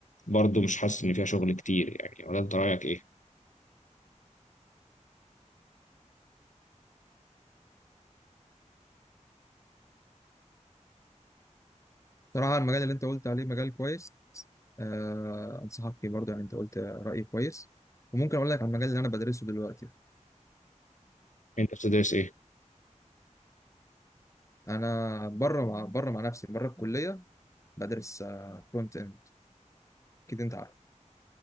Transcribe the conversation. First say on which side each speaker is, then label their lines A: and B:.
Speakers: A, on the left; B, on the left.
A: برضو مش حاسس إن فيها شغل كتير يعني ولا أنت رأيك إيه؟
B: صراحه المجال اللي انت قلت عليه مجال كويس آه انصحك فيه برضه يعني انت قلت راي كويس وممكن اقول لك على المجال اللي انا بدرسه دلوقتي
A: أنت بتدرس إيه؟
B: انا بره مع بره مع نفسي بره الكليه بدرس فرونت اند اكيد انت عارف